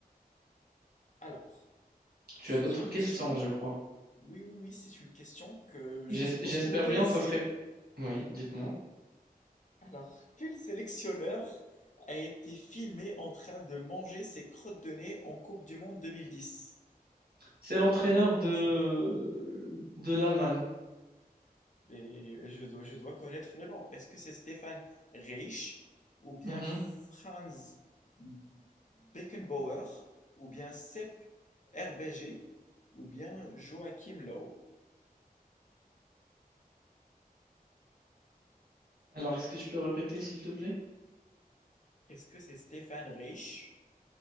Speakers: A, on the left (about 50°); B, on the right (about 85°).
A: Alors.
B: Tu
A: C'est
B: as d'autres
A: une question,
B: questions, je crois.
A: oui, oui, oui, c'est une question que je
B: J'es-
A: suppose
B: J'espère
A: que vous connaissez.
B: bien, ça serait... Oui, dites-moi.
A: Alors, quel sélectionneur a été filmé en train de manger ses crottes de nez en Coupe du Monde 2010?
B: C'est l'entraîneur
A: Réponse.
B: de, de l'Allemagne.
A: Mais je dois, je dois connaître le nom. Est-ce que c'est Stéphane Reich ou bien
B: Mhm.
A: Franz Beckenbauer ou bien Sepp Herberger ou bien Joachim Löw?
B: Alors, est-ce que tu peux répéter, s'il te plaît?
A: Est-ce que c'est Stéphane Reich?